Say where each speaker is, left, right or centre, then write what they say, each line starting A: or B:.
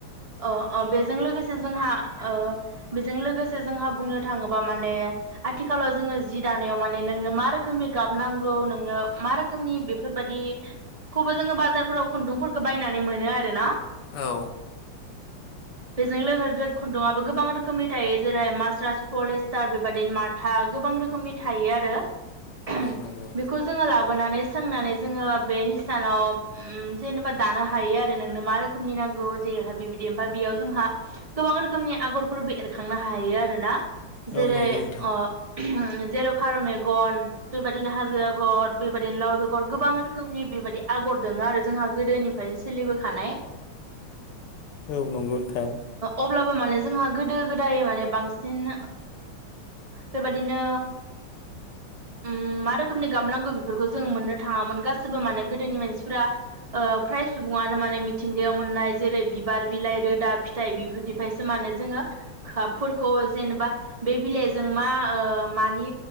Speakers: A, on the right; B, on the left.
A: अ अ बेजों लोगोसे जोंहा ओ बेजों लोगोसे जोंहा बुंनो थाङोबा माने आथिखालाव जोङो जि दानायाव माने नोंनो मा रोखोमनि गाब नांगौ नों नो मा रोखोमनि बेफोरबायदिखौबो जोङो बाजारफोराव खुन्दुंफोरखौ बायनानै मोनो आरोना।
B: औ
A: बेजों लोगोसे खुन्दुङाबो गोबां रोखोमनि थायो जेरै मास्रास पलिस्टार बेबादिनो माथा गोबां रोखोमनि थायो आरो
B: औ नंगौ
A: बे लाबोनानै सोंनानै जोङो बे हिसानाव उम जेनेबा दानो हायो आरो नोंनो मा रोखोमनि नांगौ जेरैहाय बेबायदि ओमफ्राय बेयाव जोंहा गोबां रोखोमनि आगरफोरबो एरखांनो हायो आरोना। जेरै
B: औ नंगौ नोंथां
A: अ ओम जेरै फारौ मेगन बेबायदिनो हाजो आ गर बेबायदिनो लाव बेगर गोबां रोखोमनि बेबायदि आगर दोङो आरो जोंहा गोदोनिफ्रायनो सोलिबोखानाय।
B: औ नंगौ नोंथां।
A: अब्लाबो माने जोंहा गोदो गोदाय माने बांसिन बेबादिनो उम मा रोखोमनि गाब नांगौ बेफोरखौ जोङो मोननो थाङामोन गासिबो माने गोदोनि मानसिफ्रा फ्राय सुबुङानो माने मिथिंगायाव मोननाय जेरै बिबार, बिलाइ, रोदा फिथाइ बेफोरनिफ्रायसो माने जोङो खाबफोरखौ जेनेबा बे बिलाइ जों मा मानि